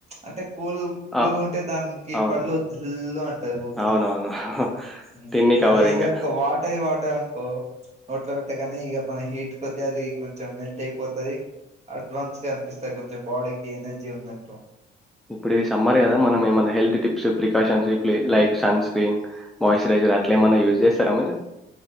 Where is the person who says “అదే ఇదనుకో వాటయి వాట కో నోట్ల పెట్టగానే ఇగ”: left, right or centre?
Right